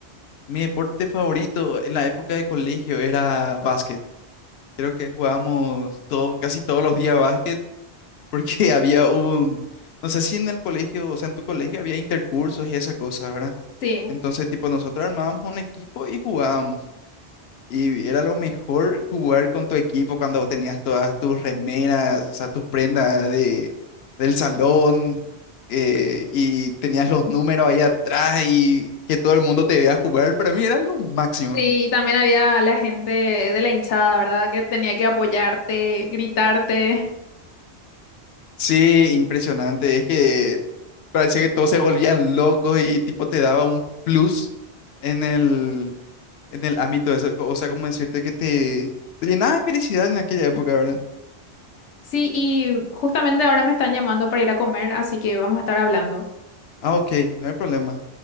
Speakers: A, on the left; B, on the left.
A: Mi deporte favorito en la época de colegio era básquet. Creo que jugábamos todo, casi todos los días básquet porque <laughs> había un, no sé si en el colegio, o sea, en tu colegio había intercursos y esas cosas, ¿verdad?
B: Sí.
A: Entonces, tipo, nosotros armábamos un equipo y jugábamos. Y era lo mejor jugar con tu equipo cuando tenías todas tus remeras, o sea, tus prendas de, del salón, eh, y tenías los números ahí atrás y que todo el mundo te vea jugar. Para mí era lo máximo.
B: Sí, y también había la gente de la hinchada, ¿verdad? Que tenía que apoyarte, gritarte.
A: Sí, impresionante. Es que parecía que todos se volvían locos y tipo te daba un plus en el, en el ámbito de eso. co- O sea, como decirte que te, te llenaba de felicidad en aquella época, ¿verdad?
B: Sí, y justamente ahora me están llamando para ir a comer, así que vamos a estar hablando.
A: Ah, ok, no hay problema.